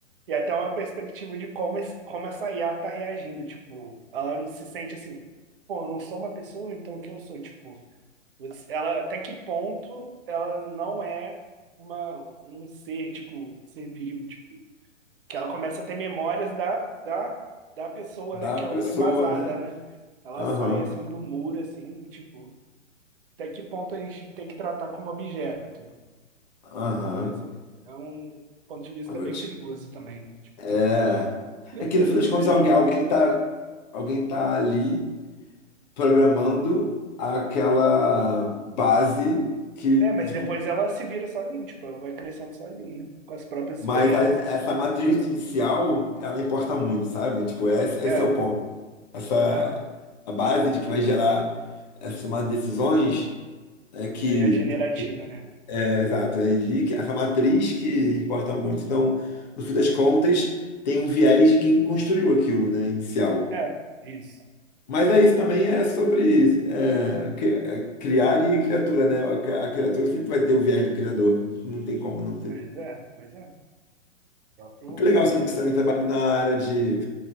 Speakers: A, on the right; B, on the left.
A: E até uma perspectiva de como, esse- como essa IA tá reagindo. Tipo, ela se sente assim, pô, eu não sou uma pessoa, então o que eu sou? Tipo, você- ela até que ponto ela não é uma, um ser, tipo, um ser vivo, tipo, que ela começa a ter memórias da, da, da pessoa,
B: Da
A: né? Que
B: pessoa,
A: ela foi embasada,
B: né?
A: né? Ela
B: Aham,
A: sai assim do muro, assim, e, tipo, até que ponto a gente tem que tratar como objeto?
B: aham.
A: Não, mas é, é um ponto de vista
B: Agora,
A: bem
B: des-
A: perigoso também, né? Tipo,
B: É.
A: <laughs>
B: É que
A: às
B: no fim das contas,
A: vezes
B: alguém, alguém tá, alguém tá ali programando aquela base que
A: É, mas
B: de,
A: depois
B: co-
A: ela se vira sozinha, tipo, ela vai crescendo sozinha, né? Com as próprias
B: mas
A: experiências,
B: a- essa
A: tipo.
B: matriz inicial ela importa muito, sabe? Tipo, essa,
A: É,
B: esse é o ponto. Essa
A: aham.
B: a base de que vai gerar essas tomadas de decisões é que
A: Aí é generativa, né?
B: é, exato, é ali que essa matriz que importa muito. Então, no fim das contas, tem um viés de quem construiu aquilo, né, inicial.
A: É, isso.
B: Mas é isso também é sobre é, cri- é, criar e criatura, né? A, cri- a criatura sempre vai ter o viés do criador. Não tem como não ter.
A: Pois é, pois é. Próprio
B: Que legal
A: cristianismo.
B: saber que você também trabalha na área de,